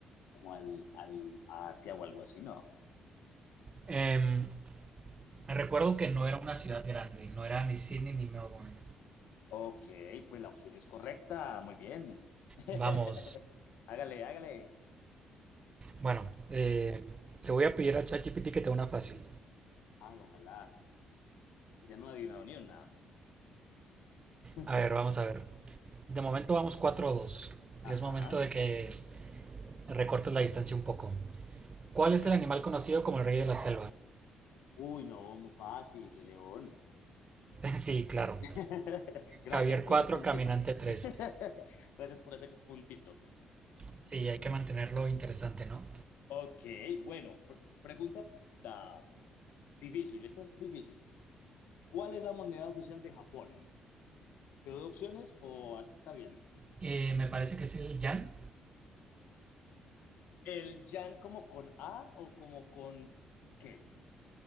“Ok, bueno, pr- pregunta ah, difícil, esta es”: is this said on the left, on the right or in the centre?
Left